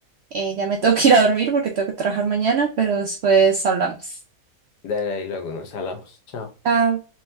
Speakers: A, on the right; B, on the left.
A: eh, ya me <laughs> tengo que ir a dormir porque tengo que trabajar mañana, pero después hablamos.
B: Dale ahí, luego nos hablamos. Chao.
A: Chao.